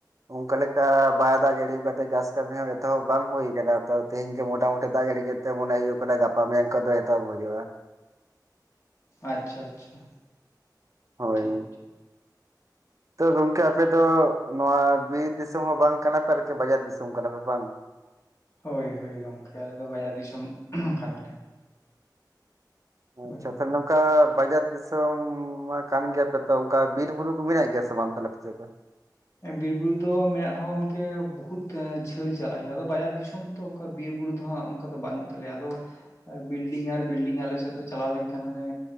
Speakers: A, on the right; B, on the left.
A: ᱚᱱᱠᱟ ᱞᱮᱠᱟ ᱵᱟᱭ ᱫᱟᱜ ᱡᱟᱹᱲᱤ ᱠᱟᱣᱛᱮ ᱪᱟᱥ ᱠᱟᱹᱢᱤ ᱦᱚᱸ ᱮᱛᱚᱦᱚᱵ ᱵᱟᱝ ᱦᱩᱭᱟᱠᱟᱱᱟ ᱾ ᱛᱚ ᱛᱮᱦᱤᱧ ᱜᱮ ᱢᱚᱴᱟᱢᱩᱴᱤ ᱫᱟᱜ ᱡᱟᱹᱲᱤ ᱜᱮ ᱛᱮ ᱢᱚᱱᱮ ᱦᱳᱭᱳᱜ ᱠᱟᱱᱟ ᱜᱟᱯᱟ ᱢᱮᱭᱟᱝ ᱠᱷᱚᱱ ᱫᱚ ᱮᱛᱚᱦᱚᱵ ᱦᱳᱭᱳᱜᱼᱟ᱾
B: ᱟᱪᱪᱷᱟ ᱟᱪᱪᱷᱟ
A: ᱦᱳᱭ
B: ᱴᱷᱤᱠ ᱴᱷᱤᱠ-
A: ᱛᱚ ᱜᱚᱝᱠᱮ ᱟᱯᱮ ᱫᱚ ᱱᱚᱣᱟ ᱵᱤᱨ ᱫᱤᱥᱚᱢ ᱦᱚᱸ ᱵᱟᱝ ᱠᱟᱱᱟ ᱯᱮ ᱟᱨᱠᱤ ᱵᱟᱡᱟᱨ ᱫᱤᱥᱚᱢ ᱠᱟᱱᱟ ᱯᱮ ᱵᱟᱝ᱾
B: ᱦᱳᱭ ᱦᱳᱭ ᱜᱚᱢᱠᱮ ᱟᱞᱮ ᱫᱚ ᱵᱟᱡᱟᱨ ᱫᱤᱥᱚᱢ ᱠᱟᱱᱟᱞᱮ᱾
A: ᱟᱪᱪᱷᱟ
B: ᱦᱳᱭ
A: ᱛᱟᱦᱞᱮ
B: ᱦᱳᱭ
A: ᱱᱚᱝᱠᱟ ᱵᱟᱡᱟᱨ ᱫᱤᱥᱚᱢ ᱢᱟ ᱠᱟᱱ ᱜᱮᱭᱟᱯᱮ, ᱛᱚ ᱚᱱᱠᱟ ᱵᱤᱨ ᱵᱩᱨᱩ ᱠᱚ ᱢᱮᱱᱟᱭ ᱜᱮᱭᱟ ᱥᱮ ᱵᱟᱝ? <unintelligible>
B: ᱵᱤᱨ ᱵᱩᱨᱩ ᱫᱚ ᱢᱮᱱᱟᱜ ᱨᱮᱸᱦᱚ ᱜᱚᱢᱠᱮ ᱵᱚᱦᱩᱛ ᱡᱷᱟᱹᱞ ᱪᱟᱞᱟᱜ ᱦᱩᱭᱩᱜᱼᱟ, ᱟᱫᱚ ᱵᱟᱡᱟᱨ ᱫᱤᱥᱚᱢ ᱛᱚ, ᱠᱟ ᱵᱤᱨᱵᱩᱨᱩ ᱫᱚ ᱦᱟᱸᱜ ᱚᱝᱠᱟ ᱫᱚ ᱵᱟᱹᱱᱩᱜ ᱛᱟᱞᱮᱭᱟ ᱟᱫᱚ ᱵᱤᱞᱰᱤᱝ ᱟᱨ ᱵᱤᱞᱰᱤᱝ ᱟᱞᱮ ᱥᱮᱜ ᱫᱚ ᱪᱟᱞᱟᱣ ᱞᱮᱱᱠᱷᱟᱱ ᱦᱟᱱᱮ